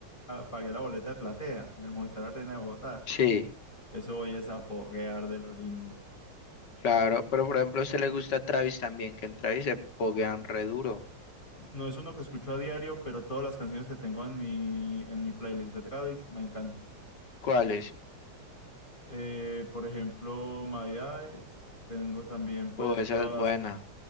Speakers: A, on the left; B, on the left.
A: pagué la boleta de platea en el Movistar Arena de Bogotá.
B: Sí,
A: Eso hoy es a poguear de lo lindo.
B: claro, pero por ejemplo a usted le gusta Travis también, que en Travis se poguean re duro.
A: No es uno que escucho a diario, pero todas las canciones que tengo en mi, en mi playlist de Travis me encantan.
B: ¿Cuáles?
A: Eh, por ejemplo, My Eyes, tengo también pues
B: Oh, esa
A: todas
B: es
A: las,
B: buena.